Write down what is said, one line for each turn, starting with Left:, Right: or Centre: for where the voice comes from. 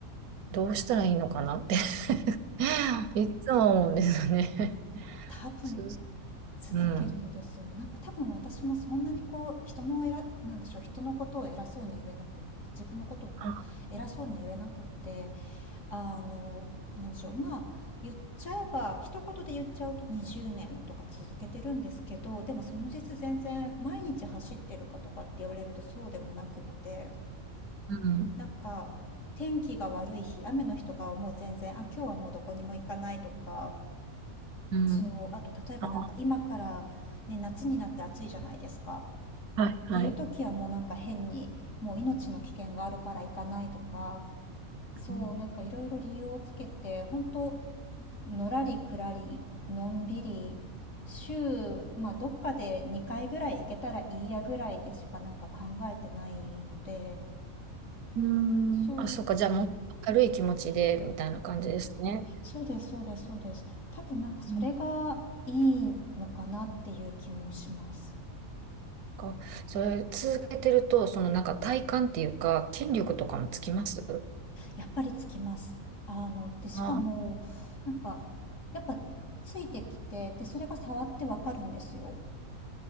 Right: どうしたらいいのかなって <laughs> いつも思うんですよね。
Left: 多分、
Right: つづ
Left: 続けるのですよね。
Right: うん。
Left: なんか多分私もそんなにこう人の偉なんでしょう人のことを偉そうに言えなくって自分のことか偉そうに言えなくって
Right: あ
Left: あのなんでしょうまあ言っちゃえば一言で言っちゃうと20年とか続けてるんですけどでもその実全然毎日走ってるかとかって言われるとそうでもなくって
Right: うん。
Left: なんか天気が悪い日雨の日とかはもう全然あ今日はもうどこにも行かないとか
Right: うん。
Left: そう、あと例えばなんか今からね、
Right: あ、
Left: 夏になって暑いじゃないですか。
Right: はい、はい。
Left: っていう時はもうなんか変に、もう命の危険があるから行かないとか、そう、
Right: うん。
Left: なんかいろいろ理由をつけて、本当のらりくらり、のんびり、週、まあどっかで2回ぐらい行けたらいいやぐらいでしかなんか考えてないので、
Right: うーんあ、
Left: そう、
Right: そうか。じゃあもう軽い気持ちでみたいな感じですね。
Left: そうです、そうです、そうです。多分なんかそれがいいのかなっていう気もします。
Right: うんか、それ続けてると、そのなんか体幹っていうか、筋力とかもつきます
Left: やっぱりつきます。あの、で、しかも、
Right: あ
Left: なんか、やっぱついてきて、で、それが触ってわかるんですよ。